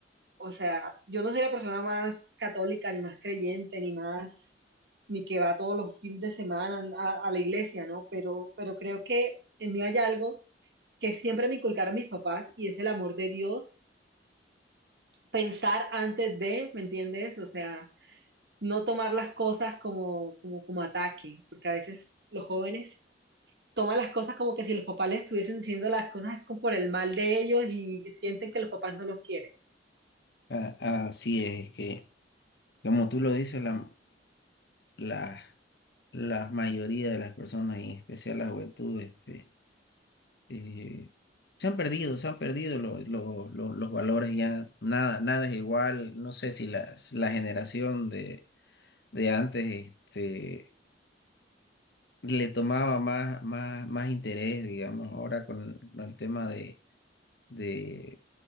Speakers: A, on the right; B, on the left.
A: O sea, yo no soy la persona más católica, ni más creyente, ni más, ni que va todos los fines de semana a, a la iglesia, ¿no? Pero, pero creo que en mí hay algo que siempre me inculcaron mis papás y es el amor de Dios, pensar antes de, ¿me entiendes? O sea, no tomar las cosas como, como, como ataque, porque a veces los jóvenes toman las cosas como que si los papás les estuviesen diciendo las cosas como por el mal de ellos y sienten que los papás no los quieren.
B: A- así es es que, como tú lo dices, la, la, la mayoría de las personas, y en especial la juventud, este eh, se han perdido, se han perdido los, los, los, los valores ya, nada, nada es igual, no sé si la, si la generación de, de antes este, le tomaba más, más, más interés, digamos, ahora con, con el tema de, de,